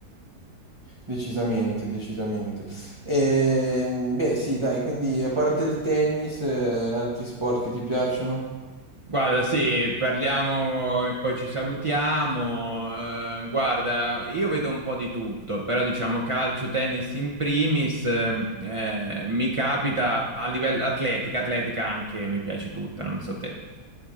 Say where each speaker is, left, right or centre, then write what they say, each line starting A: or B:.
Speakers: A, on the right; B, on the right.
A: Decisamente, decisamente. Ehm, beh, sì, dai, quindi a parte il tennis, eh, altri sport che ti piacciono?
B: Guarda, sì, parliamo e poi ci salutiamo. Eh, guarda, io vedo un po' di tutto, però diciamo calcio, tennis in primis, ehm, eh, mi capita a livello atletica, atletica anche mi piace tutta, non so te.